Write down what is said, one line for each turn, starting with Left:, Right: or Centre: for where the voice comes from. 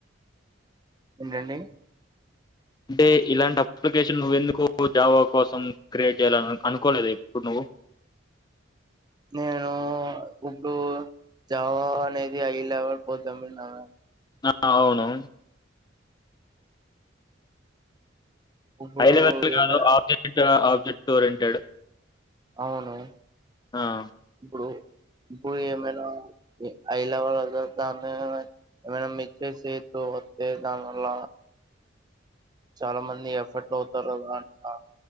Right: ఏంటండి
Left: అంటే ఇలాంటి అప్లికేషన్ నువ్వెందుకో జావా కోసం క్రియేట్ చేయాల అనుకోలేదు ఇప్పుడు నువ్వు
Right: నేను ఇప్పుడు జావా అనేది హైలెవల్ పోతామేనా
Left: ఆ అవును
Right: ఇప్పుడు
Left: హై లెవెల్ కాదు
Right: ఏమైనా
Left: ఆబ్జెక్ట్ ఆబ్జెక్ట్ ఓరియెంటెడ్
Right: అవును
Left: ఆ!
Right: ఇప్పుడు ఇప్పుడు ఏమైనా ఐలెవల్ దాన్నే ఏమైనా మిత్తేసేతు వత్తే దన్వల్ల చాలా మంది ఎఫర్ట్ అవుతారుదాంట